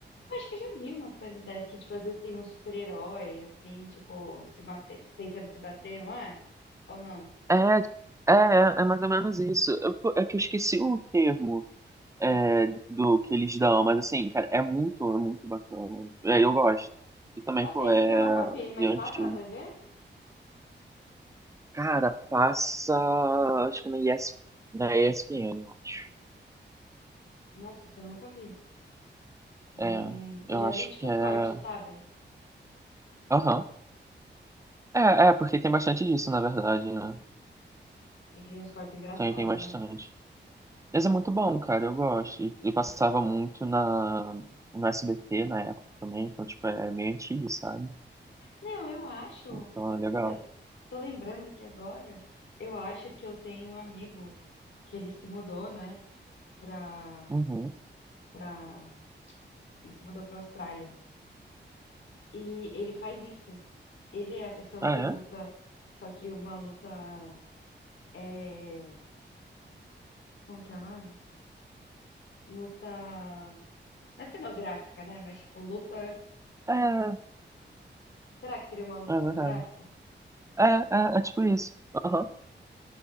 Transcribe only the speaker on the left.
Eu acho que eu já vi umas coisas dessas, que, tipo, às vezes tem uns super-heróis, assim, tipo, se mate... tentando se bater, não é? Ou não?
Nossa,
esses
eu nunca vi, mas
passa na TV?
Nossa, isso eu nunca vi. Não,
não... Eu
já
vi, tipo,
corte, sabe?
É que tem uns cortes engraçados,
né?
Meu, eu acho
que... Eu... Tô lembrando aqui agora, eu acho que eu tenho um amigo que ele se mudou, né, pra...
pra e se mudou pra Austrália. E ele faz isso. Ele é a pessoa
que luta, só que uma luta é, como que é o nome? Luta, não é cenográfica, né? Mas tipo, luta,
será que seria uma luta
cenográfica?